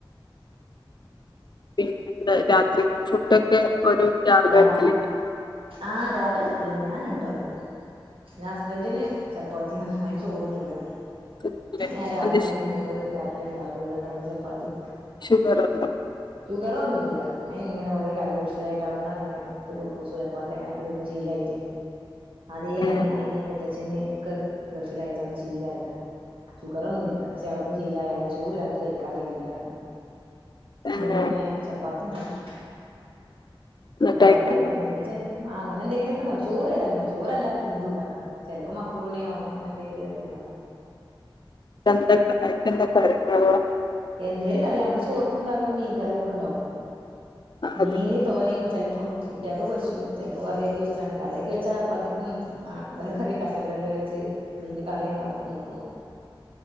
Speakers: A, on the left (about 55°); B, on the right (about 85°).
A: പിന്നെ എന്ത രാത്രി ഫുഡോക്കെ ഒരു രാവിലെ
B: രാ
A: വക്കല് ല്ലേ
B: ആഹ് രാവിലെ വെക്കലേന്നെ ആനെണ്ടാവും ന്നെ ഹസ്ബന്റിന് ചപ്പാത്യാ അയ്ന് ചോറുന്നൂല
A: തിന്നൂലേ
B: അയ്ന് ഞാരാത്രി
A: എന്ത്
B: ഞങ്ങള് രാത്രി ഉണ്ടാക്കൂ രണ്ട് മൂന്ന് ചപ്പാത്തി
A: ഷുഗറ്ണ്ടോ
B: ഷുഗറൊന്നുല്ല്യ അയ്ങ്ങനെ ക്കൊറെ കാല ഗൾഫില ട്ടഔട്ന്നങ്ങനെ കുബ്ബൂസ് ച്ചപ്പാത്തി അങ്ങനെക്കെ തിന്ന് ശീലായിട്ട് അതേ
A: ഏഹ്
B: അങ്ങനെഅയ്ന് മുത്ത ച്ഛന്ക്കെ ഗൾഫിലായിട്ടന്ന് ഷീലയതാ ഷുഗറൊന്നുല്ല്യ ക്ഷേഔട്ന്ന് ശീലായാണ്ട് ചോറ് രാത്രി കഴിക്കാൻ കഴയുല്ലാന്ന്
A: തന്നെ
B: ന്നട്ട് വിന്നെ ചപ്പാത്തി ഉണ്ടാക്കണം
A: എന്നിട്ട്
B: ചപ്പാത്തിയോ
A: അയക്ക
B: നീ ചെലേഅങ്ങനെ എന്തെങ്കിലൊക്കെണ്ടാക്കും ചോറ് ഏതായാലും ചോറല്ലാത്ത എന്തുണ്ടാക്കാ ച്ചെൽപ്പം മക്രൊണ്യോ അങ്ങനെ ന്തേലും ചേലോസം ണ്ടാകും
A: ട്ടെന്ത ഐകെന്താ ക്കറിണ്ടാവ
B: എന്തേലും കറി നമ്മള് ചോറ്ക്ക്ണ്ടാക്ക്ണ മീൻ കറിഒക്ക ണ്ടാവും മീന്
A: അത്
B: തോന്നിം ചെൽപ്പം കുട്ട്യാക്ക് പൊരിച്ചും ചെൽപ്പോകറിആക്കി വെച്ചാണ്ട് കറി ആക്കി വച്ചാപ്പാത്തി ക്കും വെറ കറിണ്ടാക്കണ്ടല്ലോ വെര്ച്ച് മീന് കറിയാണ്ടാക്കും ചെൽപ്പോ